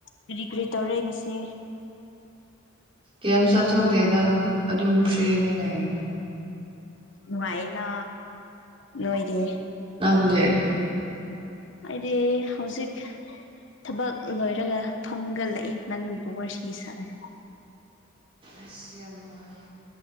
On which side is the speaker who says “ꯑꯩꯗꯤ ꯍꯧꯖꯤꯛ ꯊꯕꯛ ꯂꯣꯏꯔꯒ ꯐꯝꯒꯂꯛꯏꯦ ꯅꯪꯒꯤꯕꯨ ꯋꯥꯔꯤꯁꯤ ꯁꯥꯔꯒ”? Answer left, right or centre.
Left